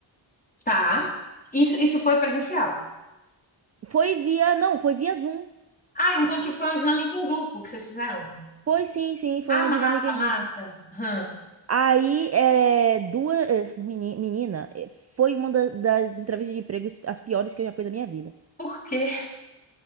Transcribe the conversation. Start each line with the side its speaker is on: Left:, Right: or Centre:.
Left: tá. Isso, isso foi presencial.
Right: Foi via, não, foi via Zoom.
Left: Ah, então tipo, foi uma dinâmica em grupo que vocês fizeram.
Right: Foi sim, sim, foi
Left: Ah,
Right: uma
Left: massa,
Right: dinâmica em grupo.
Left: massa. Hum,
Right: Aí, é, duas, é, meni- menina, é, foi uma da- das entrevistas de emprego as piores que eu já fiz da minha vida.
Left: por quê?